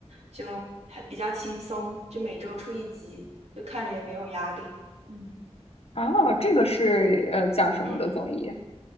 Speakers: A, on the right; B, on the left.
A: 就还比较轻松，就每周出一集，就看着也没有压力。嗯
B: 啊，这个是呃讲什么的综艺？
A: 嗯。